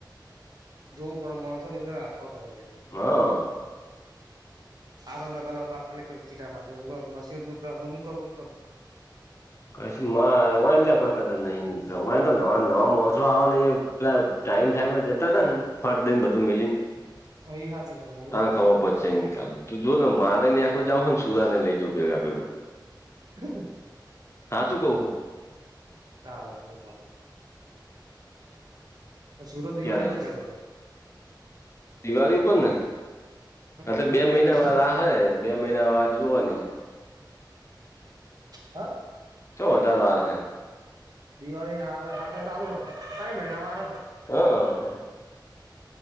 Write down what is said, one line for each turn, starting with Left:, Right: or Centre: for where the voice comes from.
Right: જોવું પડે માણસો ની રાખવા પડ યાર
Left: હા
Right: આ મે ક તાકાલિક ચીટા બાંધ મશીનું કરુંું કરું <unintelligible>
Left: કચ લ કોઈ કદર નહી મ હોય તો નવા નવા માસો આવવા ન પેલા ટાઈમ ટાઈમ જતા હતાા ને ફટ દન બધું મીલી ને-
Right: એ હાચી વાત તમારી
Left: તાં ખાવા પછ નનીિકાલ તું જો ને મારે
Right: હા
Left: આ <unintelligible> આપડ જાવઓ ને સુદા ને લઈજું ભેગા ભેું <unintelligible>
Right: હ
Left: હા તું કહ હું
Right: હા એ... સારો તો
Left: અગિયારસ
Right: દિવાળી પર કેતો તો.
Left: દિવાળી ઉપર ને હા તો
Right: એ
Left: બે
Right: દિવાળી
Left: મહિના
Right: પર
Left: વાર આ હ બે મહિના વાટ જુવાની.
Right: હા
Left: ચો વધારે વાર હ
Right: દિવાળી હાલ હા તો ચાલુ હ ક મેિણ વાર
Left: હા